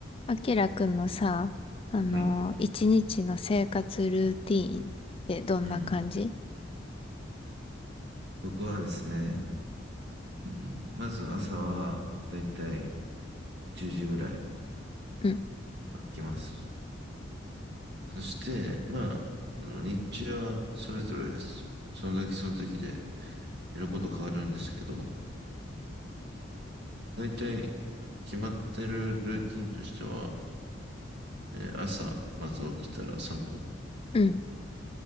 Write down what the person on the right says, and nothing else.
はい。
うん。僕はですね、うん、まず朝はだいたい10時ぐらいに
起きます。そして、まあ、あの日中はそれぞれです。その時その時でやること変わるんですけど、だいたい決まってるルーティンとしては、えー朝、まず起きたら散歩、